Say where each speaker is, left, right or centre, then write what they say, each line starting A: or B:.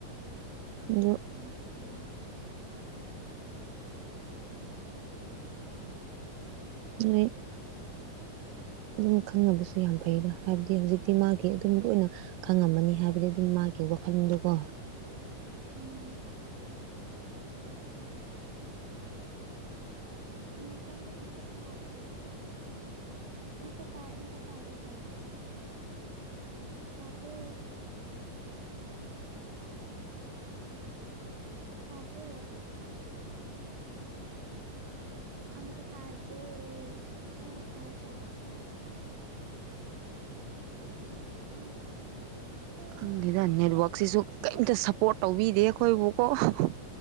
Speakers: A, on the right; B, on the right.
A: <unintelligible>
B: ꯅꯨꯡꯁꯤꯕꯅꯦ
A: ꯖꯤꯅꯩ ꯑꯗꯨꯝ ꯈꯪꯅꯕꯁꯨ ꯌꯥꯝ ꯐꯩꯗ ꯍꯥꯢꯕꯗꯤ ꯍꯧꯖꯤꯛꯇꯤ ꯃꯥꯒꯤ ꯑꯗꯨꯝ ꯂꯣꯢꯅ ꯈꯪꯉꯝꯃꯅꯤ ꯍꯥꯢꯕꯗꯤ ꯑꯗꯨꯝ ꯃꯥꯒꯤ ꯋꯥꯈꯜꯗꯣꯀꯣ
B: ꯎꯝ ꯅꯈꯣꯟꯗꯣ ꯑꯃꯨꯛꯀꯥ ꯇꯗ꯭ꯔꯤ ꯑꯃꯨꯛꯀꯥ ꯇꯥꯢ ꯑꯃꯨꯛꯀꯥ ꯇꯥꯗꯦ ꯇꯧꯕ ꯇꯥꯕ꯭ꯔꯣ ꯇꯥꯕ꯭ꯔꯣ ꯑꯃꯨꯛꯀꯥ ꯇꯗ꯭ꯔꯦ ꯑꯣ ꯇꯥꯢ ꯇꯥꯢ ꯑꯝ ꯍꯨꯝ
A: ꯈꯪꯗꯦꯗ ꯅꯦꯠꯋꯥꯛꯁꯤꯖꯨ ꯀꯩꯝꯇꯥ ꯁꯞꯄꯣꯔꯠ ꯇꯧꯕꯤꯗꯦ ꯑꯈꯣꯢꯕꯨꯀꯣ ꯑꯍ ꯍ